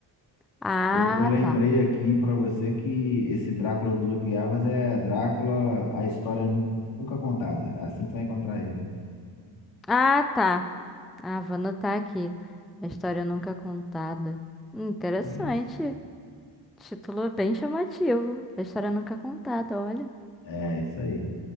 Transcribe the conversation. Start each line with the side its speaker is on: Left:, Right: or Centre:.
Centre: Ah,
Left: Eu, eu lembrei
Centre: tá.
Left: aqui pra você que esse Drácula do Luke Evans é Drácula, a história nu- nunca contada. É Assim que tu vai encontrar ele.
Centre: Ah, tá. Ah, vou anotar aqui. A história nunca contada. Interessante.
Left: Isso.
Centre: Título bem chamativo. A história nunca contada, olha.
Left: É, isso aí.